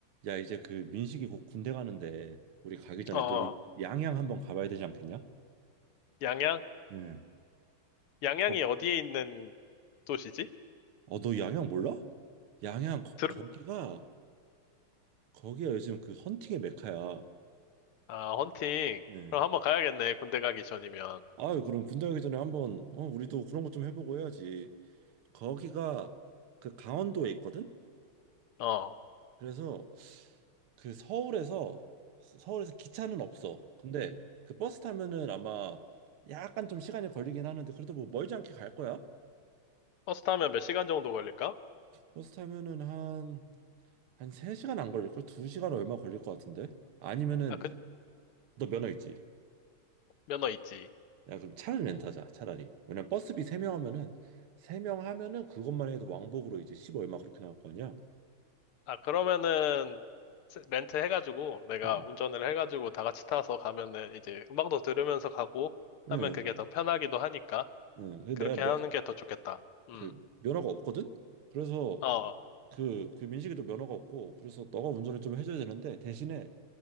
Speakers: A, on the right (about 80°); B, on the left (about 80°).
A: 야, 이제 그 민식이 곧 군대 가는데 우리 가기 전에
B: 어, 어.
A: 또 이- 양양 한번 가봐야 되지 않겠냐?
B: 양양?
A: 네.
B: 양양이
A: 어,
B: 어디에 있는 도시지?
A: 어, 너 양양 몰라? 양양 거,
B: 들...
A: 거기가 거기가 요즘 그 헌팅의 메카야.
B: 아, 헌팅.
A: 네.
B: 그럼 한번 가야겠네, 군대 가기 전이면.
A: 아유, 그럼 군대 가기 전에 한번 어, 우리도 그런 거 좀 해보고 해야지. 거기가 그 강원도에 있거든?
B: 어,
A: 그래서 그 서울에서 서울에서 기차는 없어. 근데 그 버스 타면은 아마 약간 좀 시간이 걸리긴 하는데 그래도 뭐 멀지 않게 갈 거야.
B: 버스 타면 몇 시간 정도 걸릴까?
A: 버스 타면은 한 3시간 안 걸릴걸? 2시간 얼마 걸릴 것 같은데? 아니면은
B: 아, 그,
A: 너 면허 있지?
B: 면허 있지.
A: 야 그럼 차를 렌트하자 차라리 왜냐면 버스비 3명 하면은 3명 하면은 그것만 해도 왕복으로 이제 10 얼마 그렇게 나올 거 아니야?
B: 아, 그러면은, 세- 렌트 해가지고, 내가
A: 응,
B: 운전을 해가지고 다 같이 타서 가면은, 이제 음악도 들으면서 가고 하면
A: 응,
B: 그게 더 편하기도 하니까,
A: 응. 그래서
B: 그렇게
A: 내가 면,
B: 하는 게 더 좋겠다. 음,
A: 그 면허가 없거든? 그래서
B: 어, 어,
A: 그, 그 민식이도 면허가 없고 그래서 너가 운전을 좀 해줘야 되는데 대신에